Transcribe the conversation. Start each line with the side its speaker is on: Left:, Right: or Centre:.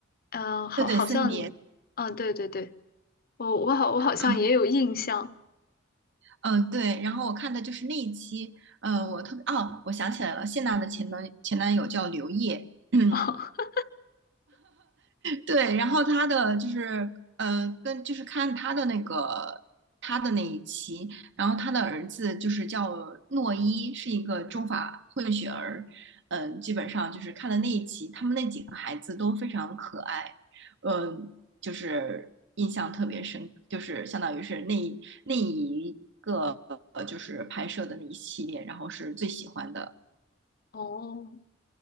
Left: 嗯，好，
Right: 对对，
Left: 好像，
Right: 森碟。
Left: 嗯，对对对，我我好我好像也有印象。
Right: 啊。嗯，对，然后我看的就是那一期，呃，我特别，哦，我想起来了，谢娜的前男前男友叫刘烨，<clears throat>
Left: <laughs>
Right: 对，然后他的就是呃，跟就是看他的那个他的那一期，然后他的儿子就是叫诺伊，是一个中法混血儿，嗯、基本上就是看了那一期，他们那几个孩子都非常可爱，嗯、就是印象特别深，就是相当于是那一那一个呃，就是拍摄的那一系列，然后是最喜欢的，
Left: 哦，